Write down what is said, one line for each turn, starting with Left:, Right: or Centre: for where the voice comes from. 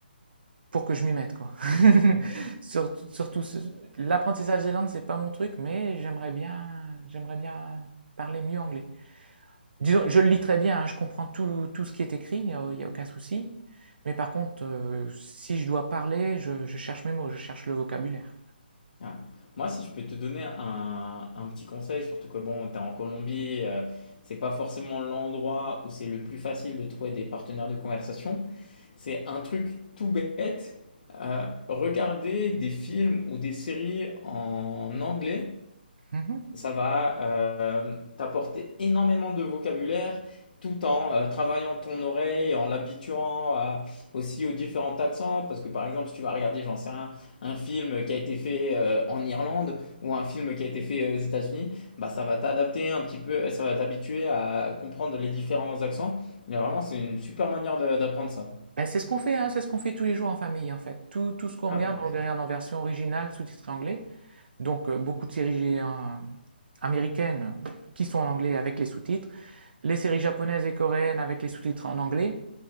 Right: pour que je m'y mette, quoi. <laughs>
Left: Ok.
Right: Surtout, surtout l'apprentissage des langues, c'est pas mon truc, mais j'aimerais bien, j'aimerais bien parler mieux anglais. Disons, je le lis très bien, hein, je comprends tout, tout ce qui est écrit, il n'y a, y a aucun souci. Mais par contre, euh, si je dois parler, je, je cherche mes mots, je cherche le vocabulaire.
Left: Ah. Moi, si je peux te donner un, un petit conseil, surtout que bon, tu es en Colombie, euh, c'est pas forcément l'endroit où c'est le plus facile de trouver des partenaires de conversation. C'est un truc tout bête. Euh, regarder des films ou des séries en anglais,
Right: Mhm.
Left: ça va euh, t'apporter énormément de vocabulaire tout en euh, travaillant ton oreille, en l'habituant à- aussi aux différents accents. Parce que par exemple, si tu vas regarder, j'en sais rien, un film qui a été fait euh, en Irlande ou un film qui a été fait euh, aux États-Unis, bah, ça va t'adapter un petit peu, ça va t'habituer à comprendre les différents accents. Mais vraiment, c'est une super manière de- d'apprendre ça.
Right: Ben, c'est ce qu'on fait, hein, c'est ce qu'on fait tous les jours en famille, en fait. Tout, tout ce qu'on
Left: Ah
Right: regarde,
Left: bah parfait.
Right: on le regarde en version originale, sous-titrée anglais. Donc, euh, beaucoup de séries hein, américaines qui sont en anglais avec les sous-titres, les séries japonaises et coréennes avec les sous-titres en anglais,